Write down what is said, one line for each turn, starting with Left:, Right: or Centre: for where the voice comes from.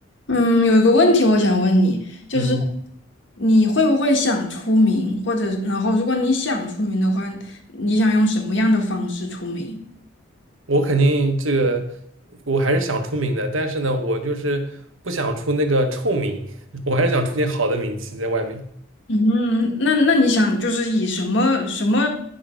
Left: 嗯，有一个问题我想问你，就是
Right: 嗯，
Left: 你会不会想出名，或者然后如果你想出名的话，你想用什么样的方式出名？
Right: 我肯定这个，我还是想出名的，但是呢，我就是不想出那个臭名，<laughs> 我还是想出点好的名气在外面。
Left: 嗯，那那你想就是以什么什么